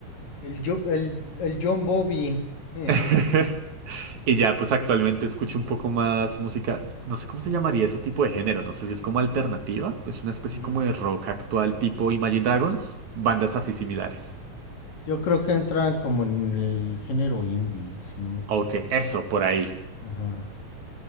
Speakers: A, on the left; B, on the right.
A: el, Jo- el, el John Bobby. <laughs>
B: <laughs> Y ya, pues actualmente escucho un poco más música, no sé cómo se llamaría ese tipo de género, no sé si es como alternativa, es una especie
A: Ujú.
B: como de rock actual tipo Imagine Dragons, bandas así similares.
A: Yo creo que entra como en el género indie, si no me equivoco.
B: Ok, eso, por ahí.
A: Ajá.